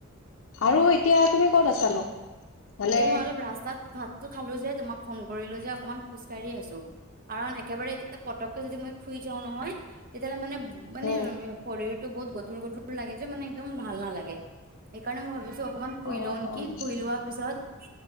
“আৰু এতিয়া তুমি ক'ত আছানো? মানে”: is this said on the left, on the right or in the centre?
Left